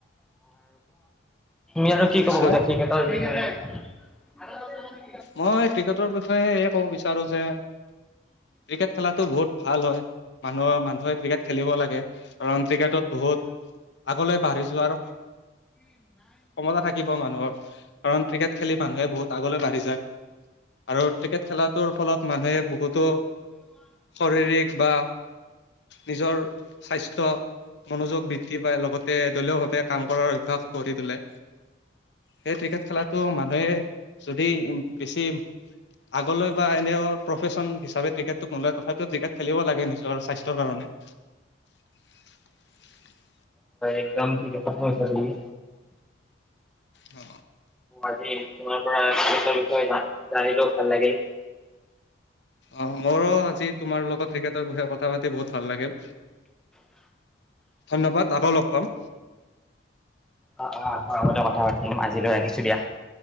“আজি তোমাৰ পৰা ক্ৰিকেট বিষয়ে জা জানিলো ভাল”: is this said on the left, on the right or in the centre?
Centre